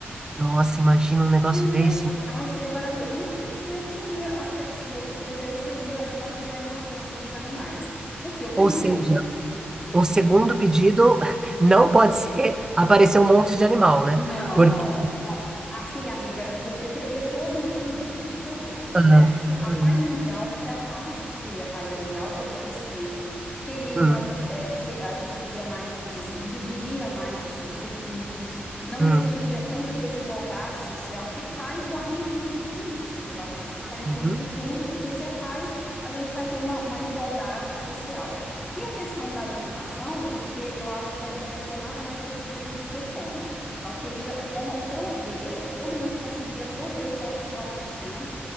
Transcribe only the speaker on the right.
Nossa, imagina um negócio
desse.
Ou seja, o segundo
pedido <laughs> não pode ser aparecer um monte de animal, né?
Porque.
ah,
hum,
hum.
Hum,
uhum.